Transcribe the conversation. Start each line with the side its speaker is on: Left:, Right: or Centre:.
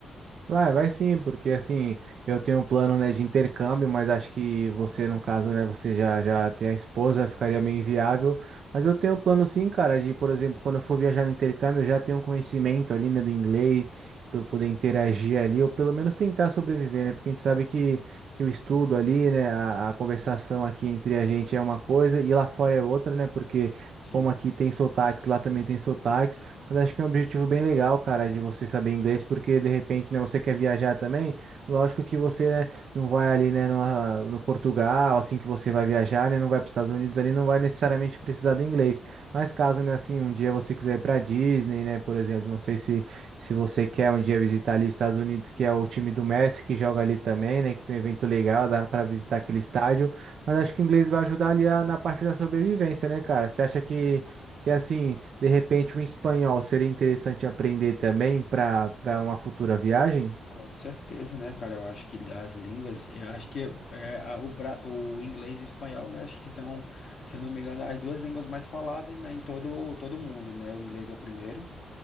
Right: Vai, vai sim, porque assim, eu tenho um plano, né, de intercâmbio, mas acho que você, no caso, né, você já, já tem a esposa, ficaria meio inviável. Mas eu tenho um plano sim, cara, de, por exemplo, quando eu for viajar no intercâmbio, eu já tenho um conhecimento ali, né, do inglês, para poder interagir ali, ou pelo menos tentar sobreviver, né, porque a gente sabe que, que o estudo ali, né, a, a conversação aqui entre a gente é uma coisa e lá fora é outra, né, porque
Left: Sim.
Right: como aqui tem sotaques, lá também tem sotaques. Mas acho que é um objetivo bem legal, cara, de você saber inglês, porque de repente, né, você quer viajar também. Lógico que você, né, não vai ali, né, numa- no Portugal, assim que você vai viajar, né, não vai para os Estados Unidos ali, não vai necessariamente precisar do inglês. Mas caso, né, assim, um dia você quiser ir para Disney, né, por exemplo, não sei se se você quer um dia visitar ali os Estados Unidos, que é o time do Messi que joga ali também, né, que tem um evento legal, dá para visitar aquele estádio. Mas acho que o inglês vai ajudar ali a- na parte da sobrevivência, né, cara? Você acha que que assim, de repente um espanhol seria interessante aprender também para para uma futura viagem?
Left: Com certeza, né, cara? Eu acho que as línguas, eu acho que é, a- o, bra- o inglês e o espanhol, né? Acho que são, se eu não me engano, as duas línguas mais faladas, né, em todo, todo mundo, né? O inglês é o primeiro.